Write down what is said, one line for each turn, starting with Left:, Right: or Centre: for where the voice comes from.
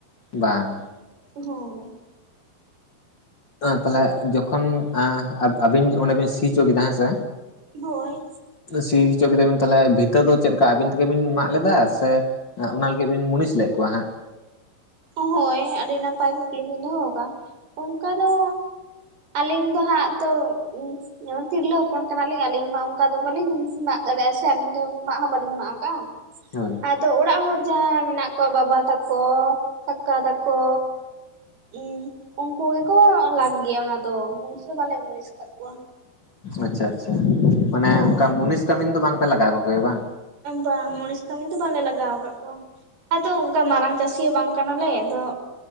Left: ᱵᱟᱝ
Right: ᱦᱳᱭ
Left: ᱛᱟᱦᱚᱞᱮ ᱡᱚᱠᱷᱚᱱ ᱟᱸ ᱟᱵᱤᱱ ᱚᱱᱮ ᱵᱤᱱ ᱥᱤᱪᱚ ᱠᱮᱫᱟ ᱦᱮᱸᱥᱮ
Right: ᱵᱳᱭ
Left: ᱥᱤ ᱦᱚᱪᱚ ᱠᱮᱫᱟ ᱵᱤᱱ ᱛᱟᱦᱚᱞᱮ ᱵᱷᱤᱛᱟᱹ ᱫᱚ ᱪᱮᱫ ᱞᱮᱠᱟ ᱟᱵᱤᱱ ᱛᱮᱜᱮ ᱵᱤᱱ ᱢᱟᱜ ᱞᱮᱫᱟ ᱥᱮ ᱚᱱᱟ ᱞᱟᱹᱜᱤᱫ ᱵᱤᱱ ᱢᱩᱱᱤᱥ ᱞᱮᱫ ᱠᱚᱣᱟ ᱦᱟᱸᱜ
Right: ᱦᱳᱭ ᱟᱹᱰᱤ ᱱᱟᱯᱟᱭ ᱠᱩᱠᱞᱤ ᱵᱤᱱ ᱫᱚᱦᱚ ᱠᱟᱜ ᱚᱱᱠᱟ ᱫᱚ ᱟᱹᱞᱤᱧ ᱫᱚ ᱦᱟᱸᱜ ᱛᱚ ᱡᱮᱢᱚᱱ ᱛᱤᱨᱞᱟᱹ ᱦᱚᱯᱚᱱ ᱠᱟᱱᱟᱞᱤᱧ ᱟᱹᱞᱤᱧ ᱢᱟ ᱚᱱᱠᱟ ᱫᱚ ᱵᱟᱹᱞᱤᱧ ᱢᱟᱜ ᱫᱟᱲᱮᱭᱟᱜ-ᱟ ᱥᱮ ᱟᱹᱞᱤᱧ ᱫᱚ ᱢᱟᱜ ᱦᱚᱸ ᱵᱟᱹᱞᱤᱧ ᱢᱟᱜ ᱠᱟᱜ-ᱟ᱾
Left: ᱦᱳᱭ
Right: ᱟᱫᱚ ᱚᱲᱟᱜ ᱦᱚᱲ ᱡᱟᱦᱟᱸᱭ ᱢᱮᱱᱟᱜ ᱠᱚᱣᱟ ᱵᱟᱵᱟ ᱛᱟᱠᱚ ᱠᱟᱠᱟ ᱛᱟᱠᱚ ᱩᱻ ᱩᱱᱠᱩ ᱜᱮᱠᱚ ᱞᱟᱜ ᱜᱮᱭᱟ ᱚᱱᱟ ᱫᱚ ᱢᱩᱱᱤᱥ ᱫᱚ ᱵᱟᱞᱮ ᱢᱩᱱᱤᱥ ᱟᱠᱟᱫ ᱠᱚᱣᱟ᱾
Left: ᱟᱪᱪᱷᱟ ᱟᱪᱪᱷᱟ ᱢᱟᱱᱮ
Right: ᱦᱳᱭ
Left: ᱚᱱᱠᱟ ᱢᱩᱱᱤᱥ ᱠᱟᱹᱢᱤᱱ ᱫᱚ ᱵᱟᱝᱯᱮ ᱞᱟᱜᱟᱣ ᱠᱚᱜᱮᱭᱟ ᱵᱟᱝ?
Right: ᱵᱟᱝ ᱢᱚᱱᱤᱥ ᱠᱟᱹᱢᱤ ᱫᱚ ᱵᱟᱝᱞᱮ ᱞᱟᱜᱟᱣ ᱠᱟᱫ ᱠᱚᱣᱟ ᱟᱫᱚ ᱚᱱᱠᱟ ᱢᱟᱨᱟᱝ ᱪᱟᱹᱥᱤ ᱦᱚᱸ ᱵᱟᱝ ᱠᱟᱱᱟᱞᱮ ᱟᱫᱚ